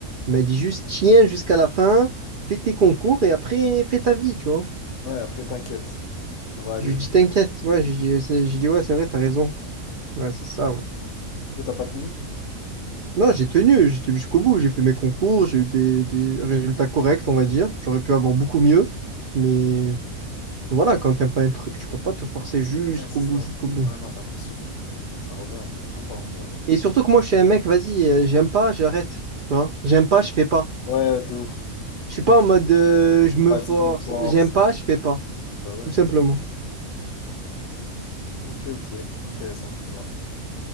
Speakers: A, on the right (about 65°); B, on the left (about 70°).
A: Il m'a dit juste, tiens jusqu'à la fin, fais tes concours et après, fais ta vie, tu vois.
B: Ouais, après, t'inquiète. Ça va aller,
A: Je lui
B: genre.
A: dis, t'inquiète, ouais, je dis, c'est- je dis, ouais, c'est vrai, t'as raison. Ouais, c'est ça, ouais.
B: Du coup, t'as pas tenu?
A: Non, j'ai tenu, j'ai tenu jusqu'au bout, j'ai fait mes concours, j'ai eu des, des résultats corrects, on va dire. J'aurais pu avoir beaucoup mieux, mais voilà, quand t'aimes pas un truc, tu peux pas te forcer jusqu'au
B: Ouais, c'est
A: bout,
B: ça.
A: jusqu'au bout.
B: Ouais, non, c'est impossible. Ça revient, ça finit toujours par revenir, genre.
A: Et surtout que moi, je suis un mec, vas-y, euh, j'aime pas, j'arrête. Tu vois? J'aime pas, je fais pas.
B: Ouais, de ouf.
A: Je suis pas en mode euh, je me
B: Vas-y,
A: force.
B: je me force.
A: J'aime pas,
B: euh.
A: je fais pas.
B: Mais bah ouais.
A: Tout simplement.
B: Ok, ok, intéressant tout ça.